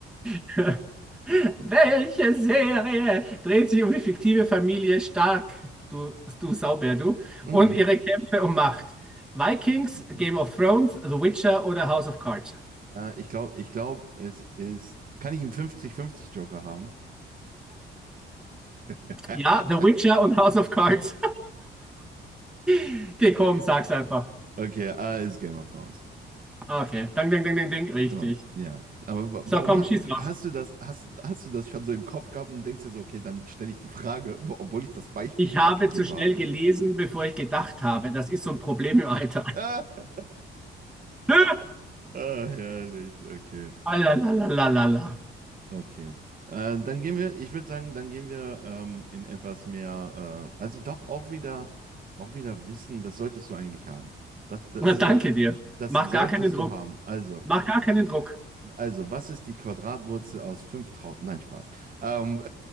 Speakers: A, in the centre; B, on the right.
A: <laughs> Welche Serie dreht sich um die fiktive Familie Stark, du, du Saubär, du,
B: Mhm.
A: und ihre Kämpfe um Macht? Vikings,
B: Mhm.
A: Game of Thrones, The Witcher oder House of Cards?
B: Äh, ich glaube, ich glaub, es ist. Kann ich einen 50-50 Joker haben? <laughs>
A: Ja, The Witcher und House of Cards. <laughs> Geh, komm,
B: Okay.
A: sag's einfach.
B: Okay, ah, ist Game of Thrones.
A: Okay, dang, dang, dang, dang, dang, richtig.
B: Ja, ja. Aber wa-
A: So,
B: warum
A: komm,
B: hat,
A: schieß los.
B: hast du das, hast, hast du das schon so im Kopf gehabt und denkst dir so, okay, dann stelle ich die Frage, wo- obwohl ich das Beispiel
A: Ich
B: gerade
A: habe
B: gegeben
A: zu schnell
B: habe.
A: gelesen, bevor ich gedacht habe. Das ist so ein Problem im Alter.
B: <laughs>
A: <laughs>
B: Ah, herrlich, okay.
A: Alalalala.
B: Okay. Äh, dann gehen wir, ich würde sagen, dann gehen wir ähm, in etwas mehr, äh, also doch auch wieder, auch wieder Wissen, das solltest du eigentlich haben. Das, das,
A: Na,
B: also
A: danke
B: das,
A: dir.
B: das
A: Mach
B: solltest
A: gar keinen Druck.
B: du haben. Also,
A: Mach gar keinen
B: w-
A: Druck.
B: also, was ist die Quadratwurzel aus fünftausend? Nein, Spaß. Ähm,